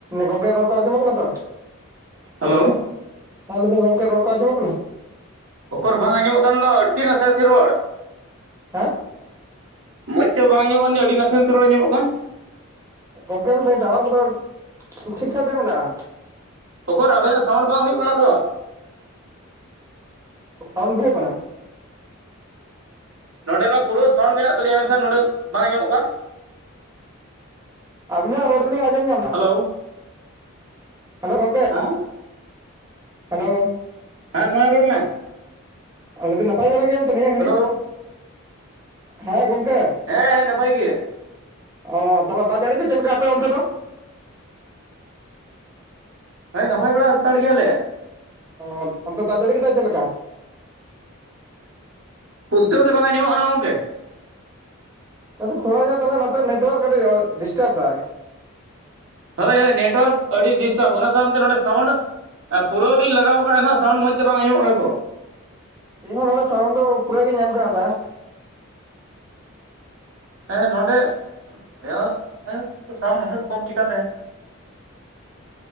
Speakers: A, on the right (about 15°); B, on the right (about 70°).
A: ᱜᱚᱝᱠᱮ ᱨᱚᱲ ᱠᱚ ᱟᱸᱡᱚᱢᱚᱜ ᱠᱟᱱᱟ ᱛᱚ
B: ᱦᱮᱞᱳ
A: ᱦᱮ ᱞᱟᱹᱭᱫᱟᱹᱧ ᱜᱚᱢᱠᱮ ᱨᱚᱲ ᱠᱚ ᱟᱸᱚᱢᱚᱜ ᱠᱟᱱᱟ
B: ᱚᱠᱚᱨ ᱵᱟᱝ ᱟᱸᱡᱚᱢᱚᱜ ᱠᱟᱱ ᱫᱚ ᱟᱹᱻᱰᱤ ᱱᱟᱥᱮ ᱱᱟᱥᱮ ᱨᱚᱲ
A: ᱦᱮᱸ
B: ᱢᱚᱡᱽ ᱛᱮ ᱵᱟᱝ ᱟᱸᱧᱚᱜᱼᱟ ᱠᱟᱱ ᱛᱤᱧᱟ ᱟᱹᱰᱤ ᱱᱟᱥᱮ ᱱᱟᱥᱮ ᱨᱚᱲ ᱟᱸᱢᱚᱜ ᱠᱟᱱ ᱾
A: ᱜᱚᱝᱠᱮ ᱞᱮᱭᱫᱟᱹᱧ ᱴᱟᱣᱟᱨ ᱠᱚᱫᱚ ᱴᱷᱤᱠᱴᱷᱟᱠ ᱜᱮ ᱢᱮᱱᱟᱜᱼᱟ ᱾
B: ᱚᱠᱚᱨ ᱟᱵᱮᱱᱟᱜ ᱥᱟᱣᱩᱱᱰ ᱵᱟᱝ ᱦᱩᱭᱩᱜ ᱠᱟᱱᱟ ᱛᱚ
A: ᱥᱟᱣᱩᱱᱰ ᱵᱟᱭ ᱦᱩᱭᱩᱜ ᱠᱟᱱᱟ ᱾
B: ᱱᱚᱸᱰᱮ ᱢᱟ ᱯᱩᱨᱟᱹ ᱥᱟᱣᱩᱱᱰ ᱢᱮᱱᱟᱜ ᱛᱟᱞᱤᱭᱟ ᱢᱮᱱᱠᱷᱟᱱ ᱱᱚᱸᱰᱮ ᱵᱟᱝ ᱟᱸᱡᱚᱢᱚᱜ ᱠᱟᱱ
A: ᱟᱵᱤᱱᱟᱜ ᱨᱚᱲ ᱫᱚᱞᱤᱧ ᱟᱸᱡᱚᱢ ᱧᱟᱢᱫᱟ
B: ᱦᱮᱞᱳ
A: ᱦᱮᱞᱳ ᱜᱚᱢᱠᱮ
B: ᱦᱮᱸ
A: ᱦᱮᱞᱳ
B: ᱦᱮᱸ ᱢᱟ ᱨᱚᱲ ᱢᱮ
A: ᱞᱟᱹᱭ ᱫᱟᱧ ᱱᱟᱯᱟᱭ ᱵᱟᱲᱟ ᱜᱮᱭᱟᱢ ᱛᱚ ᱱᱤᱭᱟᱹ ᱜᱷᱟᱲᱤᱡ
B: ᱦᱮᱞᱳ
A: ᱦᱮᱸ ᱜᱚᱢᱠᱮ?
B: ᱦᱮᱸ ᱦᱮᱸ ᱱᱟᱯᱟᱭ ᱜᱤᱭᱟᱧ ᱾
A: ᱚ ᱛᱟᱦᱚᱞᱮ ᱫᱟᱜ ᱡᱟᱹᱲᱤ ᱠᱚ ᱪᱮᱫ ᱞᱮᱠᱟ ᱟᱯᱮ ᱚᱱᱛᱮ ᱫᱚ ᱾
B: ᱦᱳᱭ ᱱᱟᱯᱟᱭ ᱵᱟᱲᱟ ᱦᱟᱛᱟᱲ ᱜᱮᱭᱟᱞᱮ
A: ᱚ ᱚᱱᱛᱮ ᱫᱟᱜ ᱡᱟᱹᱲᱤ ᱠᱮᱫᱟᱭ ᱪᱮᱫ ᱞᱮᱠᱟ ᱾
B: ᱯᱩᱥᱴᱟᱹᱣ ᱛᱮ ᱵᱟᱝ ᱟᱸᱢᱚᱢᱚᱜ ᱠᱟᱱᱟ ᱜᱚᱝᱠᱮ
A: ᱟᱫᱚ ᱛᱷᱟ ᱧᱚᱜ ᱛᱟᱦᱚᱞᱮ ᱱᱚᱛᱮ ᱱᱮᱴᱣᱟᱨᱠ ᱠᱟᱹᱴᱤᱡ ᱰᱤᱥᱴᱟᱵᱽ ᱫᱟᱭ
B: ᱦᱳᱭ ᱦᱳᱭ ᱱᱮᱴᱣᱟᱨᱠ ᱟᱹᱰᱤ ᱰᱤᱥᱴᱟᱵ ᱚᱱᱟ ᱠᱟᱨᱚᱱ ᱛᱮ ᱱᱚᱰᱮ ᱥᱟᱣᱩᱱᱰ ᱯᱩᱨᱟᱹᱣ ᱞᱤᱧ ᱞᱟᱜᱟᱣᱟᱜᱼᱟ ᱮᱱᱦᱸᱥᱟᱣᱩᱱᱰ ᱢᱚᱸᱡᱽ ᱛᱮ ᱵᱟᱝ ᱟᱡᱟᱧᱚᱢᱚᱜ ᱠᱟᱱᱟ ᱛᱚ
A: ᱤᱧ ᱦᱚᱸ ᱱᱚᱰᱮ ᱥᱟᱣᱩᱱ ᱫᱚ ᱯᱩᱨᱟᱹ ᱜᱤᱧ ᱮᱢ ᱠᱟᱶᱫᱟ ᱾
B: ᱦᱮᱸ ᱱᱚᱰᱮ ᱦᱮᱸ ᱥᱟᱩᱱᱰ ᱩᱱᱟᱹᱜ ᱠᱚᱢ ᱪᱤᱠᱟᱛᱮ <inaudible>